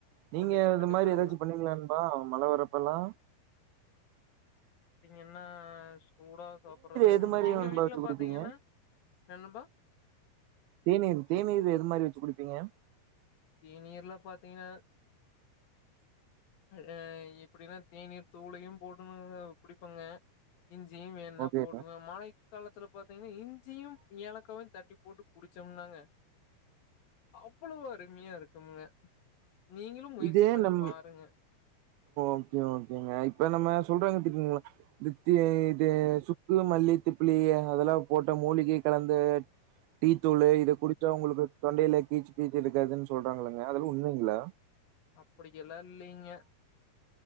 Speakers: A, on the right; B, on the left.
A: நீங்கே
B: கண்டிப்பா
A: இது
B: கண்டிப்பா
A: மாரி
B: நண்பா
A: எதாச்சு பண்ணுவிங்ளா நண்பா மழ வர்றப்ப எல்லா
B: என்னா ஸ் சூடா சாப்பறது
A: எது
B: ம்
A: மாரி
B: எங்க
A: நண்பா
B: வீட்ல
A: வச்சு குடிப்பீங்க
B: பாத்தீங்கனா என்ன நண்பா
A: தேநீர் தேநீரு எது மாரி வெச்சு குடிப்பீங்க
B: தேநீர்ல பாத்திங் ஆஹ் இப்டினா தேநீர் தூளயும் போட்டு <unintelligible> குடிப்பங்க இஞ்சியிம் வேன்னா
A: ஓகே
B: போட்டுங்க மழைக் காலத்துல பாத்திங்னா இஞ்சியு ஏலக்காவுன் தட்டிப் போட்டு குடிச்சோம்னாங்க அவ்ளவு அரிம்மியா இருக்குமுங்க நீங்கிளும் முயற்சி
A: இது
B: பண்ணிப்
A: நம்
B: பாருங்க
A: ஓகே ஓகேங்க இப்ப நம்ம சொல் <unintelligible> தி தே சு சுக்கு மல்லி திப்பிலி அதலாம் போட்டா மூலிகி கலந்து டீத்தூளு இத குடிச்சா உங்குளுக்கு தொண்டைல கீச் கீச்சு எடுக்காதுன் சொல்றாங்கலங்க அதலா உண்மைங்கள
B: அப்டிக்கெல்லா இல்லீங்க